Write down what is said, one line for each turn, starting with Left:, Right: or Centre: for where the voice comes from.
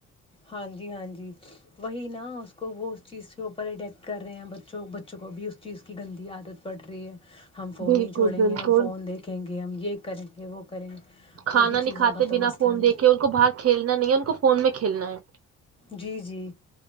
Left: ہاں جی ہاں جی وہی نا کو وہ اس چیز کے اوپر اڈیک کر رہے ہیں بچوں بچوں کو بھی اس چیز کی گندی عادت پڑ رہی ہے ہم فون
Right: بالکل
Left: ہی چھوڑیں
Right: بالکل
Left: گے ہم فون دیکھیں گے ہم یہ کریں گے وہ کریں گے
Right: کھانا
Left: وہ بھی
Right: نہیں
Left: چیزوں
Right: کھاتے
Left: کا تو
Right: بنا
Left: مسئلہ
Right: فون
Left: نا
Right: دیکھ کے ان کو باہر کھیلنا نہیں ہے ان کو فون میں کھیلنا ہے
Left: جی جی